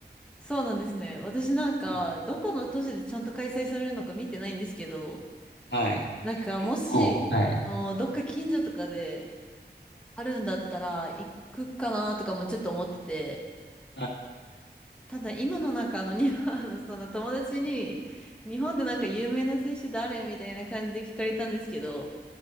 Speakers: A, in the centre; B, on the left.
A: そうなんですね。私なんか、
B: はい。
A: どこの都市でちゃんと開催されるのか見てないんですけど、
B: はい。
A: なんか、もし、
B: こう、はい。
A: あの、どっか近所とかであるんだったら、行くかなとかもちょっと思ってて、
B: あ、わ
A: ただ今のなんか、あの、に <laughs> あのその友達に、日本でなんか有名な選手誰みたいな感じで聞かれたんですけど、